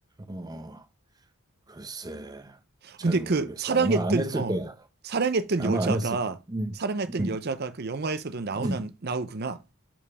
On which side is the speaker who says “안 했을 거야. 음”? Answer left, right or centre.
Right